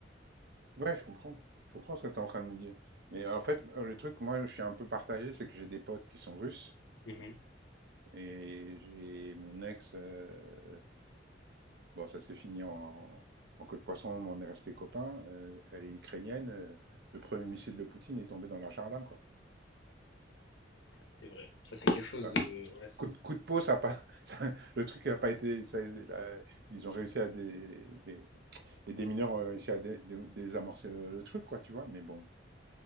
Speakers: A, on the right; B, on the left.
A: Ouais, je comprends. Je comprends ce que tu es en train de me dire. Mais euh, en fait, euh, le truc, moi, je suis un peu partagé, c'est que j'ai des potes qui sont russes
B: Mhm,
A: et j'ai mon ex. euh, bon, ça s'est fini en, en queue de poisson, mais on est resté copains. euh, elle est ukrainienne. euh, le premier missile de Poutine est tombé dans leur jardin, quoi.
B: c'est vrai. Ça, c'est quelque chose
A: Bah,
B: de... ouais, c'est-
A: coup de, coup de peau, ça a pas, <laughs> ça- le truc n'a pas été. ça- la- ils ont réussi à des. les démineurs ont réussi à dé- dé- désamorcer le, le truc, quoi, tu vois. Mais bon,